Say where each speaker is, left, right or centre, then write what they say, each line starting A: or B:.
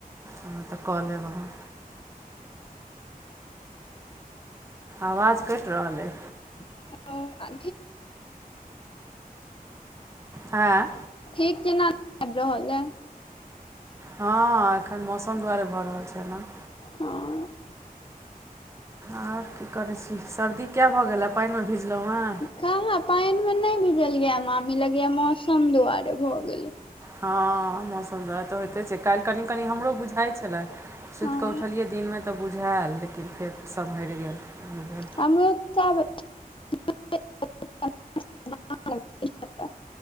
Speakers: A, on the right; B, on the left.
A: हॅं तऽ कऽ लेब हम आवाज कटि रहल ऐ।
B: हेलो आ
A: हँ आ
B: ठीक केना नहि आबि रहल ह
A: हँ एखन मौसम दुआरे भऽ रहल छै एना
B: हँ <inaudible>
A: आओर की करै छी सर्दी किया भऽ गेल हे पानि मे भीजलहुं हें
B: कहां पानि मे नहि भिजलियय मामी लगया मौसम दुआरे भए गेले
A: हँ मौसम त तऽ होइते छै काल्हि कनि कनि हमरो बुझाइत छलै सुति
B: हँ
A: कऽ उठलियै दिनमे तऽ बुझायल लेकिन फेर सम्हरि गेल बुझाइये
B: हमरो सेह भेल <inaudible> <inaudible> नय।